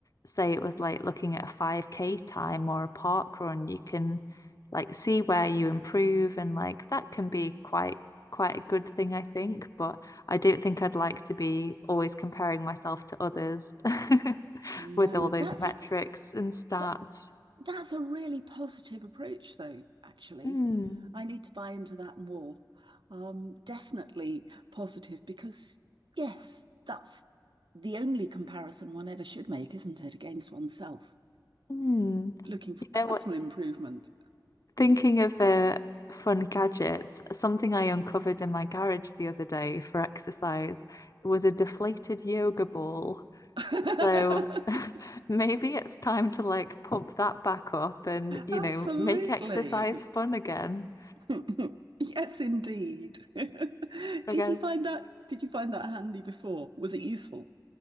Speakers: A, on the left; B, on the right.
A: say it was like looking at a 5K time or a park run, you can like see where you improve and like that can be quite quite a good thing, I think. But I don't think I'd like to be always comparing myself to others <laughs>
B: No,
A: with all those
B: that's
A: metrics
B: a
A: and stats.
B: but that's a really positive approach though, actually.
A: Mm,
B: I need to buy into that more. Um, definitely positive because yes, that's the only comparison one ever should make, isn't it, against oneself?
A: mm.
B: looking for
A: You
B: personal
A: know what?
B: improvement.
A: Thinking of uh, fun gadgets, something I uncovered in my garage the other day for exercise was a deflated yoga ball.
B: <laughs>
A: So <laughs> maybe it's time to like pump that back up and, you
B: Absolutely.
A: know, make exercise fun again,
B: <laughs> Yes, indeed. <laughs> Did
A: I guess.
B: you find that did you find that handy before? Was it useful?